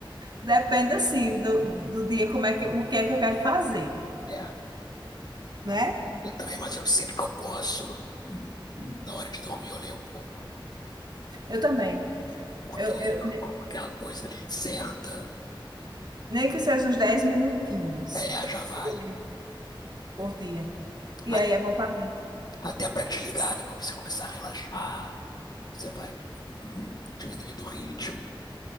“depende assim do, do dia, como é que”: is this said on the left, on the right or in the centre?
Right